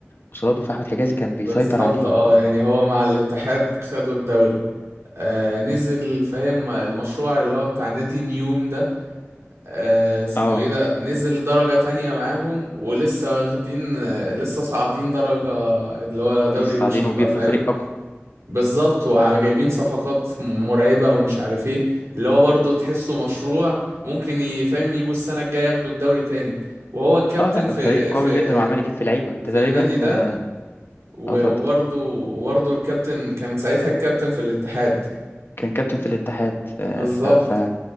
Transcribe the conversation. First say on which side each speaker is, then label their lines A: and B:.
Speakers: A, on the left; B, on the right.
A: قصاده فأحمد حجازي كان بيسيطر
B: بالظبط
A: عليه
B: اه يعني هو مع الاتحاد خدوا الدوري آه نزل فاهم المشروع اللي هو بتاع نادي نيوم ده آه اسمه
A: اه
B: ايه ده نزل درجة تانية معاهم ولسه واخدين آه لسه صاعدين درجة اللي هو دوري
A: لسه
B: روشن
A: صاعدين وبيبنوا
B: بقى فاهم
A: فريق أقوى
B: بالظبط وجايبين صفقات م- مرعبة ومش عارف ايه اللي هو برضه تحسه مشروع ممكن ي- فاهم يجوا السنة الجاية ياخدوا الدوري تاني وهو الكابتن
A: اه لا
B: في
A: فريق قوي
B: في
A: جدا وعمال يجيب في لعيبة ده
B: في
A: تقريبا
B: النادي ده
A: اه
B: و-
A: آه، اتفضل
B: وبرضه وبرضه الكابتن كان ساعتها الكابتن في الاتحاد
A: كان كابتن في الاتحاد آه،
B: بالظبط
A: ف- ف-